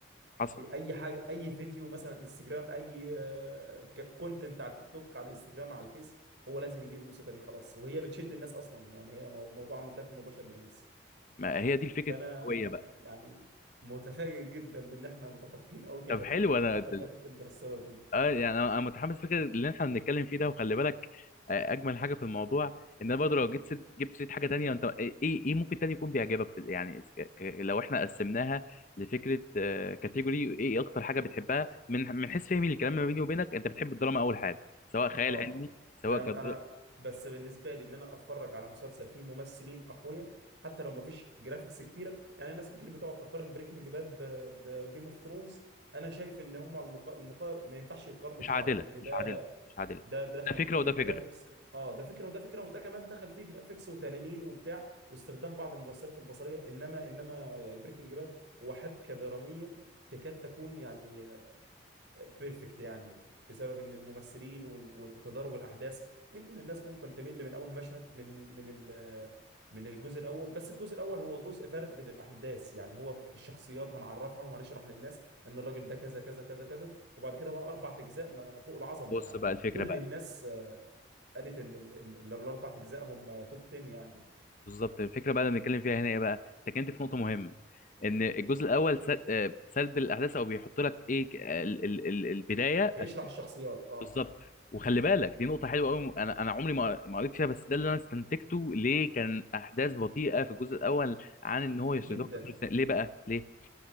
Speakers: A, on the left (about 40°); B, on the right (about 65°).
A: حصل
B: باي حاجه اي فيديو مثلا انستجرام اي كونتنت على التيك توك على الانستجرام على الفيس هو لازم يجيب الموسيقى دي خلاص وهي بتشد الناس اصلا يعني هي مو- موضوع منتهي في موضوع شد الناس
A: ما هي دي فكره
B: فانا
A: الهويه بقى
B: يعني متفاجئ جدا بان احنا متفقين قوي كده
A: طب حلو انا
B: وحتى في حته انترستيلر دي
A: اه يعني انا أنا متحمس فكره اللي احنا بنتكلم فيه ده وخلي بالك آه، اجمل حاجه في الموضوع ان انا برضه لو جيت سيرة- جبت سيره حاجه تانية انت ايه ايه إيه ممكن تاني يكون بيعجبك في يعني ك- ك- لو احنا قسمناها لفكره كاتيجوري ايه إيه اكتر حاجه بتحبها من من حيث فهمي للكلام ما بيني وبينك انت بتحب الدراما اول حاجه سواء خيال
B: اه
A: علمي سواء
B: انا
A: كدر...
B: انا بس بالنسبه لي ان انا اتفرج على مسلسل فيه ممثلين اقوياء حتى لو ما فيش جرافيكس كتيره يعني ناس كتير بتقعد تقارن بريكنج باد بجيم اوف ثرونز انا شايف ان هم المقا... المقا... ما ينفعش يتقارنوا
A: مش
B: ببعض
A: عادله
B: لان
A: مش
B: ده
A: عادله مش عادله
B: ده دخل
A: ده فكره
B: فيه
A: وده فكره
B: جرافيكس اه ده فكره وده فكره وده كمان دخل فيه جرافيكس وتنانين وبتاع واستخدام بعض المؤثرات البصريه انما انما بريكنج باد هو حبكه دراميه تكاد تكون يعني بيرفكت يعني بسبب ان الممثلين وال- وال- وتدرج الاحداث يمكن الناس ممكن تمل من اول مشهد من من ال- من الجزء الاول بس الجزء الاول هو جزء فرد للاحداث يعني هو الشخصيات هنعرفها وهنشرح للناس ان الراجل ده كذا كذا كذا كذا وبعد كده بقى اربع اجزاء ما فوق العظمه
A: بص
B: يعني
A: بقى الفكره
B: كل الناس آه، قالت ان ال- ال- ال- الاربع اجزاء هم توب 10 يعني
A: بالظبط الفكره بقى اللي بنتكلم فيها هنا ايه بقى انت كنت في نقطه مهمه ان الجزء الاول سرد, سرد الاحداث او بيحط لك ايه ك- ال ال ال البدايه
B: بيشرح
A: عش-
B: الشخصيات اه
A: بالظبط وخلي بالك دي نقطه حلوه قوي انا انا عمري ما ما قريت فيها بس ده اللي انا استنتجته ليه كان احداث بطيئه في الجزء الاول عن ان هو يشتغل
B: جدا
A: في كل سنة. ليه بقى ليه